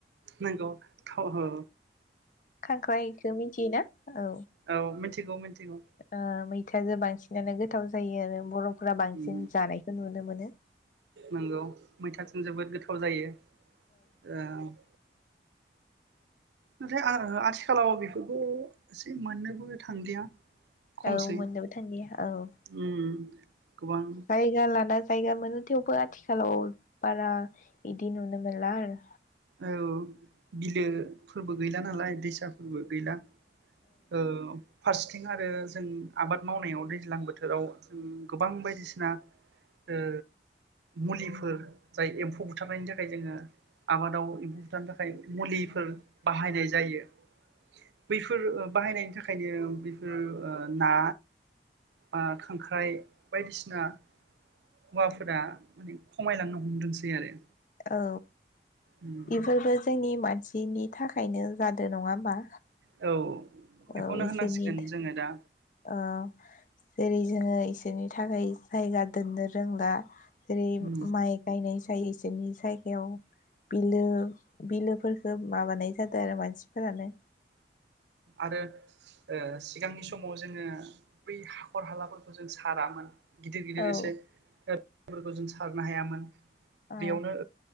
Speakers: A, on the right; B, on the left.
A: नंगौ थाव हो
B: खांख्रायखौ मिथियो ना औ
A: औ मिथिगौ मिथिगौ
B: औ। मैथाजों बांसिनानो गोथाव जायो आरो बर' फ्रा बांसिन
A: उम
B: जानायखौ नुनो मोन नो
A: नंगौ मैथाथिम जोबोद गोथाव जायो। औ ओमफ्राय आ-आथिखालाव बेफोरखौ एसे मोननोबो थांलिया खमसै
B: औ मोननोबो थांलिया औ
A: उम गोबां
B: जायगा लाना जा जायगा मोनो थेवबो आथिखालाव बारा इदिनो नुनो मोनला आरो
A: औ बिलोफोरबो गैला नालाय दैसाफोरबो गैला। औ फार्स्टथिं आरो जों आबाद मावनायाव दैज्लां बोथोराव जों गोबां बायदिसिना ओ मुलिफोर जाय एम्फौ बुथारनायनि थाखाय जोङो आबादाव एम्फौ बुथारनो थाखाय मुलिफोर बाहायनाय जायो। बैफोर ओ बाहायनायनि थाखायनो बेफोर ओ ना बा खांख्राइ बायदिसिना हौवाफोरा माने खमायलांनो हमदोंसै आरो।
B: औ
A: उम
B: इफोरबो जोंनि मान सिनि थाखायनो जादो नङा होमबा।
A: औ बेखौनो
B: औ इसोरनि
A: होननांसिगोन जोङो दा
B: औ जेरै जोङो इसोरनि थाखाय जायगा दोननो रोंला। जेरै
A: उम
B: माइ गायनाय सु जायो इसोरनि जायगायाव बिलो बिलोफोरखौ माबानाय जादों आरो मानसिफोरानो
A: आरो ओ सिगांनि समाव जोङो बै हाखर हालाफोरखौ जों सारामोन गिदिर गिदिर
B: औ
A: एसे फोरखौ जों सारनो हायामोन।
B: औ
A: बेयावनो